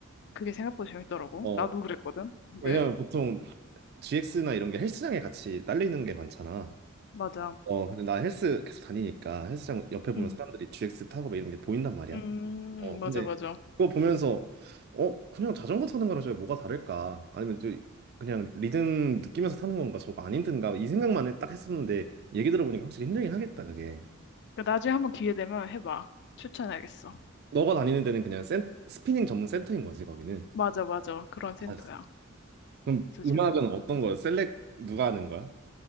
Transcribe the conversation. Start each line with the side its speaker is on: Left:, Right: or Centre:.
Left: 그게 생각보다 재밌더라고.
Right: 어,
Left: 나도 그랬거든.
Right: 왜냐면
Left: 네,
Right: 보통 GX나 이런 게 헬스장에 같이 딸리는 게 많잖아.
Left: 맞아.
Right: 어, 근데 나 헬스 계속 다니니까 헬스장 옆에 보면
Left: 음,
Right: 사람들이 GX 타고 막 이런 게 보인단 말이야.
Left: 음,
Right: 어,
Left: 맞아,
Right: 근데
Left: 맞아.
Right: 그거 보면서 어, 그냥 자전거 타는 거랑 저게 뭐가 다를까? 아니면 저 그냥 리듬 느끼면서 타는 건가? 저거 안 힘든가? 이 생각만 해- 딱 했었는데 얘기 들어보니까 확실히 힘들긴 하겠다, 그게.
Left: 그 나중에 한번 기회 되면 해봐. 추천하겠어.
Right: 너가 다니는 데는 그냥 센, 스피닝 전문 센터인 거지, 거기는.
Left: 맞아, 맞아. 그런 센터야.
Right: 아, 그럼
Left: 그래서
Right: 음악은
Left: 재밌더라고.
Right: 어떤 거야? 셀렉 누가 하는 거야?